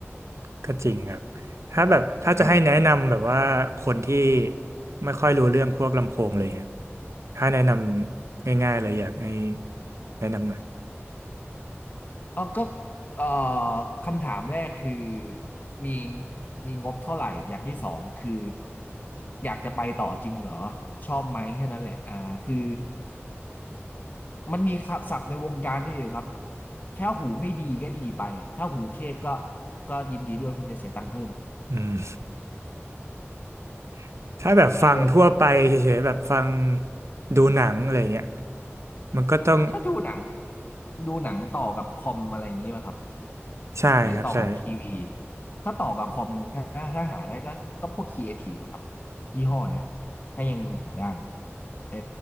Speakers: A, on the right (about 85°); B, on the left (about 40°).
A: ก็จริงครับถ้าแบบถ้าจะให้แนะนำแบบว่าคนที่
B: อ่า
A: ไม่ค่อยรู้เรื่องพวกลำโพงอะไรเงี้ยถ้าแนะนำง่ายๆเลยอยากให้แนะนำหน่อย
B: อ๋อก็เอ่อคำถามแรกคือมีมีงบเท่าไหร่อย่างที่สองคืออยากจะไปต่อจริงเหรอชอบไหมแค่นั้นแหละอ่าคือมันมีศัพท์ในวงการนี่อยู่ครับถ้าหูไม่ดีก็ดีไปถ้าหูเทพก็ก็ยินดีด้วยคุณจะเสียตังค์เพิ่ม
A: อืม <laughs> ถ้าแบบฟังทั่วไปเฉยๆแบบฟัง
B: เออ
A: ดูหนังอะไรเงี้ยมันก็ต้อง
B: ถ้าดูหนังดูหนังต่อกับคอมอะไรอย่างนี้ไหมครับ
A: ใช่ครับใช่
B: หรือต่อกับทีวีถ้าต่อกับคอมถ้าถ้าหาได้ก็ก็พวกครีเอทีฟครับยี่ห้อนะถ้ายังหาได้ เออ